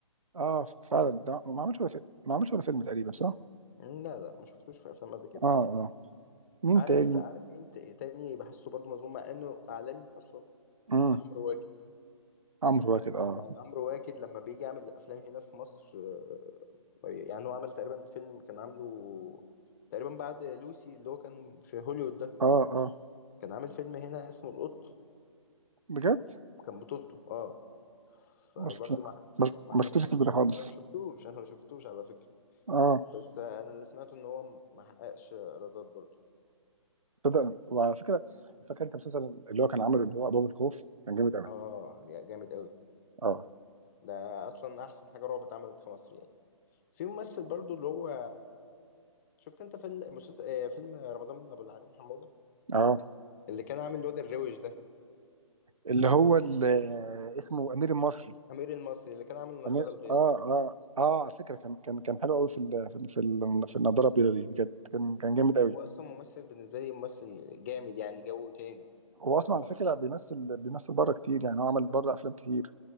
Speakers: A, on the right; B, on the left.
A: اه فعلا ده ما عملش ولا فيلم ما عملش ولا فيلم تقريبا صح؟
B: لا لا ما شفتوش في افلام قبل كده
A: اه اه مين
B: عارف
A: تاني؟
B: عارف مين ت- تاني بحسه برضو مظلوم مع انه اعلامي اصلا <laughs>
A: امم
B: عمرو واكد
A: عمرو واكد اه
B: يعني عمرو واكد لما بيجي يعمل افلام هنا في مصر آه، يعني هو عمل تقريبا فيلم كان عامله تقريبا بعد لوسي اللي هو كان في هوليوود ده
A: اه اه
B: كان عامل فيلم هنا اسمه القط
A: بجد؟
B: كان بطولته اه فبرضه
A: ما شفت-
B: ما
A: ما-
B: ما
A: ما
B: عملش
A: شفتوش في
B: نجاح
A: البداية خالص
B: انا ما شفتوش انا ما شفتوش على فكرة
A: اه
B: بس آه، انا اللي سمعته ان هو ما حققش ايرادات برضه
A: صدق وعلى فكره فاكر انت المسلسل اللي هو كان عامله اللي هو ابواب الخوف كان جامد قوي
B: اه يا جامد قوي
A: اه
B: ده اصلا احسن حاجة رعب اتعملت في مصر يعني في ممثل برضو اللي هو شفت انت في المسلسل آه، فيلم رمضان ابو العالمين حموده
A: اه
B: اللي كان عامل الواد الروش ده
A: اللي هو ال- اسمه امير المصري
B: امير المصري اللي كان عامل النضاره
A: امير
B: البيضاء
A: اه اه اه على فكره كان كان كان حلو قوي في ال... في ال... في, ال... في النضاره البيضاء دي بجد كان كان جامد قوي
B: هو اصلا ممثل بالنسبه لي ممثل جامد يعني جو تاني
A: هو اصلا
B: هو
A: على فكره بيمثل بيمثل بره كتير يعني هو عمل بره افلام كتير